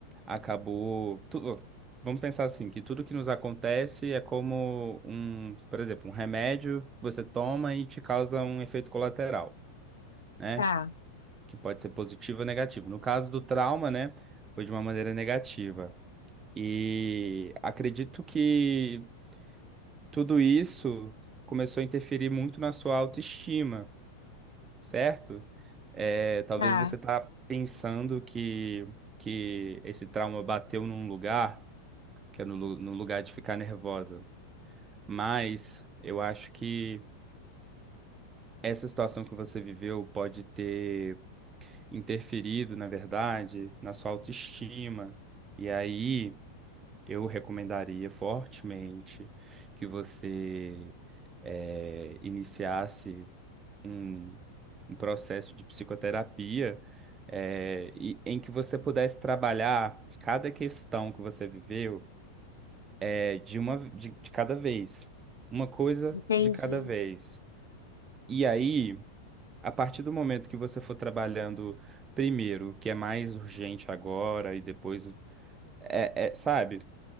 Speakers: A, on the right; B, on the left.
A: acabou. tu- vamos pensar assim, que tudo que nos acontece é como um, por exemplo, um remédio que você toma e te causa um efeito colateral, né?
B: Tá,
A: Que pode ser positivo ou negativo. No caso do trauma, né, foi de uma maneira negativa. E acredito que tudo isso começou a interferir muito na sua autoestima, certo? É, talvez
B: tá,
A: você tá pensando que, que esse trauma bateu num lugar que é no, lu- no lugar de ficar nervosa. Mas eu acho que essa situação que você viveu pode ter interferido, na verdade, na sua autoestima. E aí eu recomendaria fortemente que você eh, iniciasse um, um processo de psicoterapia. eh, e- em que você pudesse trabalhar cada questão que você viveu É de uma de, de cada vez. Uma coisa
B: entendi,
A: de cada vez. E aí, a partir do momento que você for trabalhando primeiro, o que é mais urgente agora, e depois. É, é, sabe?